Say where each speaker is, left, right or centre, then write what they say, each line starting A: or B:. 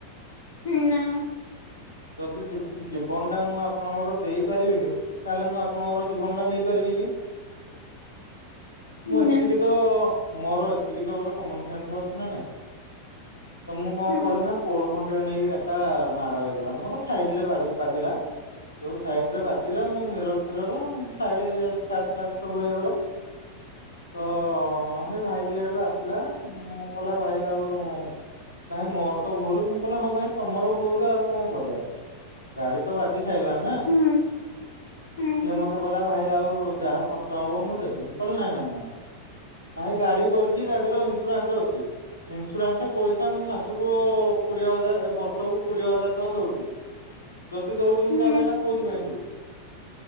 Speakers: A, on the left; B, on the left.
A: ହୁଁ ନା।
B: ଯଦି ଜୀ-ଜୀବନ ଟା ମୁଁ ଆପଣଙ୍କର ଦେଇ ପାରିବିନି ତାହେଲେ ମୁଁ ଆପଣଙ୍କର ଜୀବନଟା ନେଇପାରିବି କି? ମୁଁ ଏତିକି
A: ନା
B: ତ ମୋର ଏତିକି ତ ଗୋଟେ କମନ ସେନ୍ସ ଅଛି ନା ନାଇଁ? ତ ମୁଁ କଣ
A: ହୁଁ
B: କଲିି ନା ପୋଲ ଖୁଣ୍ଟରେ ନେଇ ଏଟା ମାଡ ହେଇଗଲା। ଆମର ସାଇଡ ରେ ବା-ବାଜିଲା। ଯୋଉ ସାଇଡ ରେ ବାଜିଲା ମୁଁ ମିରର ଫିରର ସାଇଡ ସ୍କ୍ରାଚ୍ ଫାଚ ସବୁ ହେଇଗଲା। ତ ସେ ଭାଇଟି ଆଡୁ ଆସିଲା ମୁଁ କହିଲା ଭାଇ ଆଉ ଭାଇ ମୋର ତ ଭୁଲ, ମୁଁ କହିଲ ହଁ ଭାଇ ତମର ଭୁଲ ଆଉ କଣ କରିବା। ଗାଡି ତ ବାଜି ସାରିଲାଣି ନା,
A: ହୁଁ ହୁଁ
B: ସିଏ
A: ହୁଁ
B: ମତେ କହିଲା ଭାଇ ଆଉ ଯାହା ଖର୍ଚ୍ଚ ହବ ମୁଁ ଦେବି, ମୁଁ କହିଲି ନା ନା ନା। ଭାଇ ଗାଡି କରିଛି ଗାଡିର ଇନ୍ସୁରାନ୍ସ ଅଛି। ଇନ୍ସୁରାନ୍ସ ପଇସା ମୁଁ ମାସକୁ କୋଡିଏ ହଜାର ବର୍ଷକୁ କୋଡିଏ ହଜାର ଟଙ୍କା ଦଉଛି। ଯଦି ଦଉଛି ମୁଁ
A: ହୁଁ
B: ତାହେଲେ ହେଲେ କୋଉଥିପାଇଁ ଦଉଛିି?